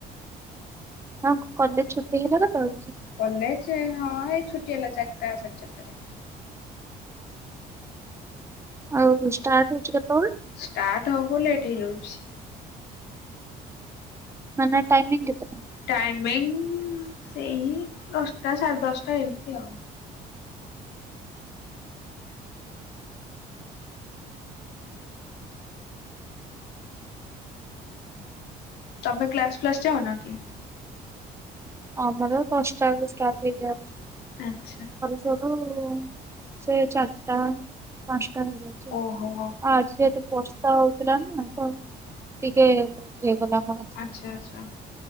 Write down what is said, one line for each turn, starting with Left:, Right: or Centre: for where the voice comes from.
Right: ହଁ କଲେଜ ଛୁଟି ହେଲା କେତବୋଳୁକୁ।
Left: କଲେଜ ହଁ ଏଇ ଛୁଟି ହେଲା ଚାରିଟା ସାଢେ ଚାରିଟାରେ।
Right: ଆଉ ଷ୍ଟାର୍ଟ ହଉଛି କେତବେଳେ।
Left: ଷ୍ଟାର୍ଟ ହବ ବୋଲି ଲେଟେ ହେଇ ଯାଉଛି।
Right: ମାନେ ଟାଇମିଙ୍ଗି କେତେଟା।
Left: ଟାଇମିଙ୍ଗି ସେଇ ଦଶଟା ସାଢ଼େ ଦଶଟା ଏମିତି ଆଉ। ତମେ କ୍ଲାସ, ପ୍ଲାସ ଯାଅ ନା କି?
Right: ଆମର କଷ୍ଟାଲଷ୍ଟାର୍ଟ ହେଇଯାଇଛି।
Left: ଆଚ୍ଛା।
Right: ଘରୁ ସେ ଚାରିଟା, ପାଞ୍ଚଟା ହେଇଯାଉଛି ଆଉ
Left: ଓହୋ
Right: ଆଜି ଏ। ଏ ବର୍ଷା ହଉଥିଲା ନା ତ ଟିକେ ହେଇଗଲା କ'ଣ।
Left: ଆଚ୍ଛା ଆଚ୍ଛା।